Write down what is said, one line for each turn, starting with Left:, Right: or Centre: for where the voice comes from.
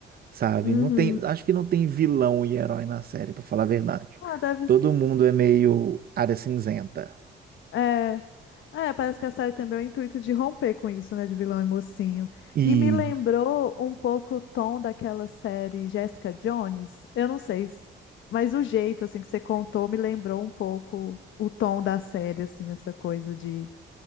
Right: Sabe?
Left: Uhum.
Right: Não tem, acho que não tem vilão e herói na série, pra falar a verdade.
Left: Ah, deve. s-
Right: Todo mundo é meio área cinzenta.
Left: É. É, parece que a série tem bem o intuito de romper com isso, né, de vilão e mocinho.
Right: E
Left: E me lembrou um pouco o tom daquela série Jessica Jones. Eu não sei, s- mas o jeito assim que você contou me lembrou um pouco o tom da série, assim, essa coisa de